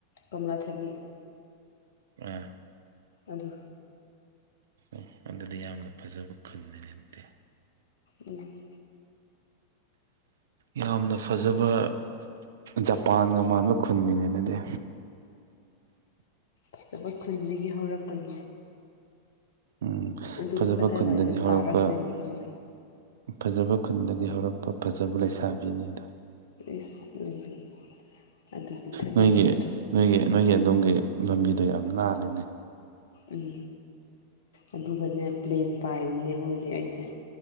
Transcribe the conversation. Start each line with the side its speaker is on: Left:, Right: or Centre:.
Left: ꯀꯝꯂꯥ ꯊꯕꯤ
Right: ꯑ
Left: ꯑꯗꯨ
Right: ꯑꯦ ꯑꯗꯨꯗꯤ ꯌꯥꯝꯅ ꯐꯖꯕ ꯈꯨꯜꯅꯤ ꯑꯗꯤ
Left: ꯎꯝ
Right: ꯌꯥꯝꯅ ꯐꯖꯕ ꯖꯄꯥꯟꯒ ꯃꯥꯟꯕ ꯈꯨꯟꯅꯤꯅꯦ ꯑꯗꯨꯗꯤ
Left: ꯐꯖꯕ ꯈꯨꯟꯗꯒꯤ ꯍꯧꯔꯛꯄꯅꯤ
Right: ꯎꯝ
Left: ꯑꯗꯨꯒ
Right: ꯐꯖꯕ
Left: ꯀꯗꯥꯏꯋꯥꯏꯗ
Right: ꯈꯨꯟꯗꯒꯤ ꯍꯧꯔꯛꯄ
Left: ꯇꯥꯔꯛꯇꯣꯏꯅꯣ ꯈꯪꯗꯦ
Right: ꯐꯖꯕ ꯈꯨꯟꯗꯒꯤ ꯍꯧꯔꯛꯄ ꯐꯖꯕ ꯂꯩꯁꯥꯕꯤꯅꯤ ꯑꯗꯣ
Left: ꯏꯁ ꯑꯗꯨꯁꯨ ꯑꯗꯨꯗꯤ ꯊꯥꯒꯠꯃꯟꯗ꯭ꯔꯦ
Right: ꯅꯣꯏꯒꯤ ꯅꯣꯏꯒꯤ ꯅꯣꯏꯒꯤ ꯑꯗꯣꯝꯒꯤ ꯂꯝꯕꯤꯗꯣ ꯌꯥꯝ ꯂꯅꯥꯜꯂꯤꯅꯦ
Left: ꯎꯝ ꯑꯗꯨꯒꯅꯦ ꯄ꯭ꯂꯦꯟ ꯄꯥꯏꯔꯤꯅꯦꯕ ꯍꯧꯖꯤꯛ ꯑꯩꯁꯦ